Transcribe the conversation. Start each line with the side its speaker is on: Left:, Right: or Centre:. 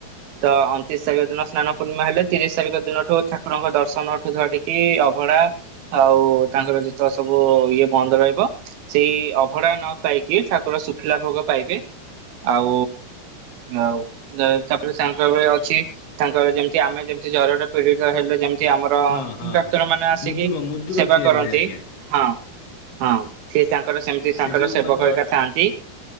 Right: ତ ଅଣତିରିଶ ତାରିଖ ଦିନ ସ୍ନାନ ପୂର୍ଣ୍ଣିମା ହେଲେ ତିରିଶ ତାରିଖ ଦିନଠୁ ଠାକୁରଙ୍କ ଦର୍ଶନ ଠୁ ଧରିକି। କି ଅଭଢା ଆଉ ତାଙ୍କର ଯେତ ସବୁ ଇଏ ବନ୍ଦ ରହିବ। ସେଇ ଅଭଢା ନ ପାଇକି ଠାକୁର ଶୁଖିଲା ଭୋଗ ପାଇବେ। ଆଉ ଆଉ। ତାପରେ ତାଙ୍କ ଅଛି ତାଙ୍କ ଯେମିତି ଆମେ ଯେମିତି ଜରରେ ପୀଡିତ ହେଲେ ଯେମତି ଠ ଆମର
Left: ହଁ ହଁ
Right: ଡାକ୍ଟର
Left: ହଁ
Right: ମାନେ ଆସିକି
Left: ମୁଦୁକ ମୁଦୁକ
Right: ସେବା
Left: ତିଆରି
Right: କରନ୍ତି
Left: ହୁଏ ଆଜ୍ଞା।
Right: ହଁ। ହଁ ସିଏ ତାଙ୍କର ସେମିତି ତାଙ୍କର
Left: ସେ ଯୋଉ
Right: ସେବକା
Left: ମାନେ
Right: ହରିକା ଥାଆନ୍ତି